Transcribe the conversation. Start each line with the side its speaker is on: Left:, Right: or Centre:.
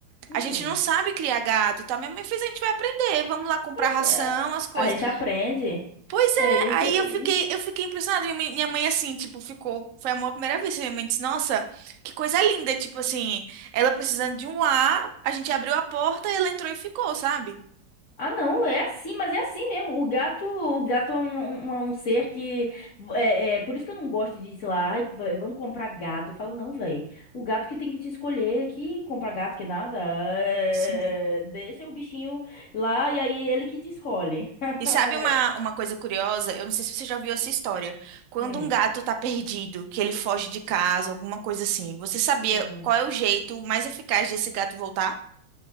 Right: A
Left: hum,
Right: gente não sabe criar gato e tal. Minha mãe fez, a gente vai aprender, vamos lá comprar
Left: oxe,
Right: ração,
Left: é,
Right: as coisas.
Left: a gente aprende.
Right: Pois é,
Left: É isso
Right: aí
Left: aí.
Right: eu fiquei, eu fiquei impressionada. Minha mãe, minha mãe, assim, tipo, ficou. Foi amor à primeira vez. Minha mãe disse, nossa, que coisa linda. Tipo assim, ela precisando de um lar, a gente abriu a porta e ela entrou e ficou, sabe?
Left: Ah, não, é assim, mas é assim mesmo. O gato, o gato é um, um- um ser que. É, é, por isso que eu não gosto de, sei lá, ai, v- vamos comprar gato. Eu falo, não, velho. O gato que tem que te escolher, que comprar gato, que nada. É,
Right: Sim.
Left: deixa o bichinho lá e aí é ele que te escolhe. <laughs>
Right: E sabe uma, uma coisa curiosa? Eu não sei se você já viu essa história. Quando
Left: Hum,
Right: um gato tá perdido, que ele foge de casa, alguma coisa assim, você sabia
Left: hum.
Right: qual é o jeito mais eficaz desse gato voltar?